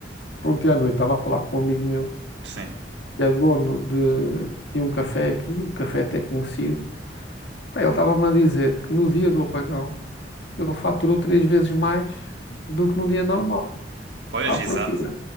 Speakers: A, on the left; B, on the right.
A: ontem à noite estava a falar com um amigo meu,
B: Sim.
A: que é dono de, de um café aqui, um café até conhecido. Pá, ele estava-me a dizer que no dia do apagão Ele faturou três vezes mais do que num dia normal.
B: Pois,
A: Ah, porquê?
B: exato.